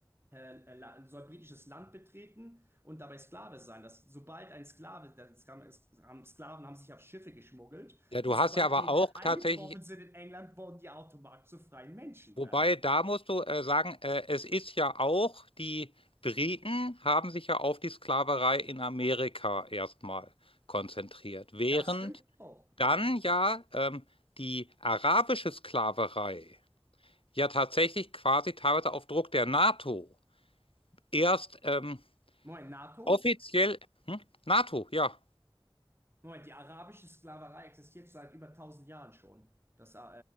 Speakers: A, on the right; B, on the left.
A: äh, äh, la- soll britisches Land betreten und dabei Sklave sein. Das, sobald ein Sklave, das kam, es haben Sklaven haben sich auf Schiffe geschmuggelt
B: Ja, du
A: und sobald
B: hast ja aber
A: die
B: auch
A: eingetroffen
B: tatsächlich,
A: sind in England, wurden die automatisch zu freien Menschen
B: wobei,
A: dann.
B: da musst du äh, sagen, äh, es ist ja auch, die Briten haben sich ja auf die Sklaverei in Amerika erstmal konzentriert, während
A: Das stimmt auch,
B: dann
A: ja.
B: ja ähm, die arabische Sklaverei ja tatsächlich quasi teilweise auf Druck der NATO erst ähm,
A: Moment, NATO?
B: Offiziell hm? NATO, ja.
A: Moment, die arabische Sklaverei existiert seit über tausend Jahren schon. Das, äh,